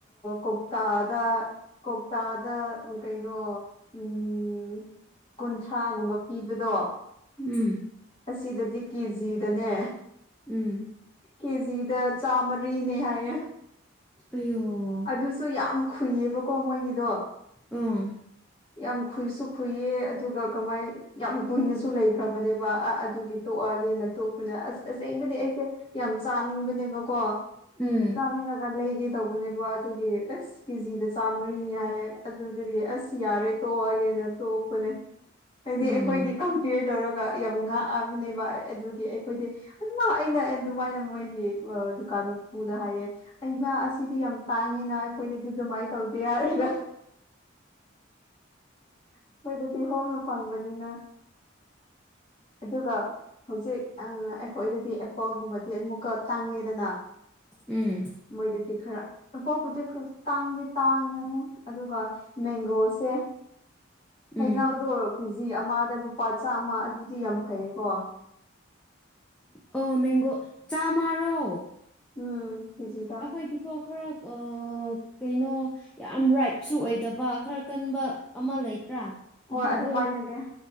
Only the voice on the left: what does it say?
ꯀꯧꯇꯥꯗ ꯀꯧꯇꯥꯗ ꯀꯩꯅꯣ ꯎꯝ ꯀꯨꯟꯊ꯭ꯔꯥꯒꯨꯝꯕ ꯄꯤꯕꯗꯣ
ꯑꯁꯤꯗꯗꯤ ꯀꯤꯖꯤꯗꯅꯦ
ꯀꯦꯖꯤꯗ ꯆꯥꯃꯔꯤꯅꯦ ꯍꯥꯏꯌꯦ
ꯑꯗꯨꯁꯨ ꯌꯥꯝ ꯈꯨꯨꯏꯌꯦꯕꯀꯣ ꯃꯣꯏꯒꯤꯗꯣ
ꯌꯥꯝ ꯈꯨꯨꯏꯁꯨ ꯈꯨꯨꯏꯌꯦ ꯑꯗꯨꯒ ꯀꯃꯥꯏ ꯌꯥꯝ ꯀꯨꯏꯅꯁꯨ ꯂꯩꯈ꯭ꯔꯕꯅꯦꯕ ꯑ ꯑꯗꯨꯒꯤ ꯇꯣꯛꯑꯒꯦꯅ ꯇꯣꯛꯄꯅ ꯑꯁ ꯇꯁꯦꯡꯕꯗꯤ ꯑꯩꯁꯦ ꯌꯥꯝ ꯆꯥꯅꯤꯡꯕꯅꯦꯕꯀꯣ
ꯈꯪꯅꯤꯡꯉꯒ ꯂꯩꯒꯦ ꯇꯧꯕꯅꯦꯕ ꯑꯗꯨꯒꯤ ꯑꯁ ꯀꯦꯖꯤꯗ ꯆꯥꯝꯃꯔꯤꯅꯤ ꯍꯥꯏꯌꯦꯦ ꯑꯗꯨꯗꯤ ꯑꯁ ꯌꯥꯔꯦ ꯇꯣꯛꯑꯒꯦꯅ ꯇꯣꯛꯄꯅꯦ ꯍꯥꯏꯗꯤ
ꯑꯩꯈꯣꯏꯒꯤ ꯀꯝꯄꯤꯌꯔ ꯇꯧꯔꯒ ꯌꯥꯝ ꯉꯥꯛꯑꯕꯅꯦꯕ ꯑꯗꯨꯒꯤ ꯑꯩꯈꯣꯏꯗꯤ ꯑꯗꯨꯃ ꯑꯩꯅ ꯑꯗꯨꯃꯥꯏꯅ ꯃꯣꯏꯒꯤ ꯗꯨꯀꯥꯟ ꯃꯄꯨꯗ ꯍꯥꯏꯌꯦ ꯑꯩꯃꯥ ꯑꯁꯤꯗꯤ ꯌꯥꯝ ꯇꯥꯡꯉꯦꯅ ꯑꯩꯈꯣꯏꯗꯗꯤ ꯑꯗꯨꯃꯥꯏꯅ ꯇꯧꯗꯦ ꯍꯥꯏꯔꯒ ꯑꯈꯣꯏꯗꯗꯤ ꯍꯣꯡꯅ ꯐꯪꯕꯅꯤꯅ ꯑꯗꯨꯒ ꯍꯧꯖꯤꯛ ꯑ ꯑꯩꯈꯣꯏꯗꯗꯤ ꯑꯦꯄꯜꯒꯨꯝꯕꯗꯤ ꯑꯃꯨꯛꯀ ꯇꯥꯡꯉꯦꯗꯅ
ꯃꯣꯏꯗꯗꯤ ꯈꯔ ꯄꯣꯠꯄꯨꯗꯤ ꯈꯨꯇꯥꯡꯗꯤ ꯇꯥꯡꯉꯦꯉꯣ ꯑꯗꯨꯒ ꯃꯦꯡꯒꯣꯁꯦ ꯍꯩꯅꯧꯗꯣ
ꯀꯦꯖꯤ ꯑꯃꯗ ꯂꯨꯄꯥ ꯆꯥꯝꯃ ꯑꯗꯨꯗꯤ ꯌꯥꯝ ꯐꯩꯌꯦ ꯀꯣ
ꯎꯝ ꯀꯦꯖꯤꯗ
ꯍꯣꯏ
ꯑꯗꯨꯃꯥꯏꯅꯅꯦ